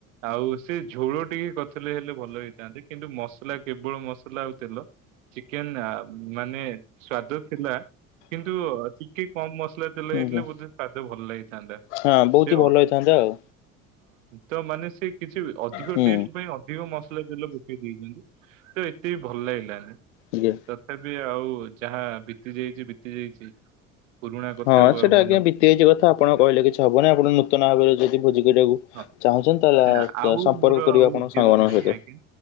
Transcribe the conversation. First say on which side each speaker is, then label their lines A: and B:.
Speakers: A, on the right; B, on the left.
A: ଆଉ ସେ ଝୋଳ ଟିକେ କରିଥିଲେ ହେଲେ ଭଲ ହେଇଥାନ୍ତେ କିନ୍ତୁ ମସଲା କେବଳ ମସଲା ଆଉ ତେଲ। ଚିକେନ ମାନେ ସ୍ଵାଦ ଥିଲା। କିନ୍ତୁ ଟିକେ କମ ମସଲା ତେଲ
B: ଆଜ୍ଞା
A: ହେଇଥିଲେ ବୋଧେ ସ୍ଵାଦ ଭଲ ଲାଗିଥାନ୍ତା।
B: ହଁ ବହୁତ
A: ସେ
B: ହି ଭଲ
A: ହଁ
B: ହେଇଥାନ୍ତା ଆଉ
A: ତ ମାନେ ସେ କିଛି ଅଧିକ
B: ହୁଁ
A: ଟେଷ୍ଟ ପାଇଁ ଅ ଅଧିକ ମସଲା ତେଲ ପକେଇ ଦେଇପାରୁ ତ ଏତେ ବି ଭଲ ଲାଗିଲାନି। ତଥାପି
B: ଆଜ୍ଞା।
A: ଆଉ ଯାହା ବିତି ଯାଇଛି ବିତି ଯାଇଛି। ପୁରୁଣା କଥାକୁ
B: ହଁ
A: ଆଉ
B: ସେଇଟା
A: ମନେ
B: ଆଜ୍ଞା
A: ପକଉନି
B: ବିତିଯାଇଛି କଥା ଆପଣ କହିଲେ କିଛି ହବନି ଆପଣ ନୂତନ ଭାବରେ ଯଦି ଭୋଜି କରିବାକୁ
A: ହଁ
B: ଚାହୁଁଛନ୍ତି ତାହେଲେ
A: ନା ଆଉ
B: ସମ୍ପର୍କ
A: ମୋର
B: କରିବେ
A: ଆଉ
B: ଆପଣଙ୍କ
A: ଉଦ୍ୟମ
B: ସାଙ୍ଗମାନଙ୍କ
A: ନାହିଁ
B: ସହିତ।
A: ଆଜ୍ଞା।